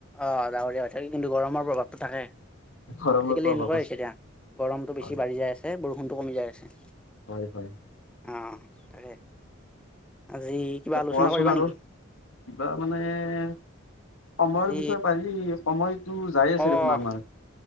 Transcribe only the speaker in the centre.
অ' ডাৱৰীয়া হৈ থাকে কিন্তু গৰমৰ প্ৰভাৱটো থাকে।
আজিকালি
এনেকুৱাই
হৈছে দিয়া। গৰমটো
বেছি বাঢ়ি যায় আছে বৰষুণটো কমি যায় আছে।
অ' তাকে আজি কিবা
আলোচনা
কৰিবা
নেকি?
আজি
অ'